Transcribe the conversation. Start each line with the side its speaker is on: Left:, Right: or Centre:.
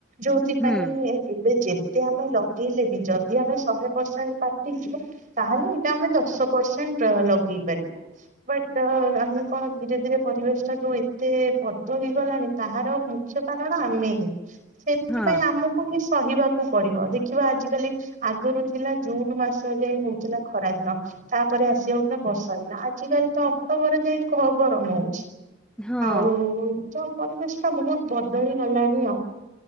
Right: ଯୋଉଥିପାଇଁ
Centre: ହୁଁ
Right: ଏବେ ଯେତେ ଆମେ ଲଗେଇଲେ ବି, ଯଦି ଆମେ ଶହେ ପରସେଣ୍ଟ କାଟିଛୁ ତାହେଲେ ଆମେ ଦଶ ପରସେଣ୍ଟ ଲଗେଇ ପାରିବ। ବଟ୍ ଆମେ କଣ ଧୀରେ ଧୀରେ ପରିବେଶ ଟା ଯୋଉ ଏତେ ବଦଳିଗଲାଣି ତାହାର ମୁଖ୍ୟ କାରଣ ଆମେ ହି। ସେଥିପାଇଁ
Centre: ହଁ
Right: ଆମକୁ ହିଁ ସହିବାକୁ ପଡିବ ଦେଖିବା ଆଜିିକାଲି ଆଗରୁ ଥିଲା ଜୁନ ମାସ ଯାଏ ହଉଥିଲା ଖରାଦିନ ତାପରେ ଆସିିଯାଉ ନା ବର୍ଷା ଦିନ ଆଜିିକାଲି ତ ଅକ୍ଟୋବରରେ ଯାଇ ଗରମ ହଉଛି।
Centre: ହଁ।
Right: ଆଉ ତ ପରିବେଶ ଟା ବହୁତ ବଦଳି ଗଲାଣିି ଆଉ।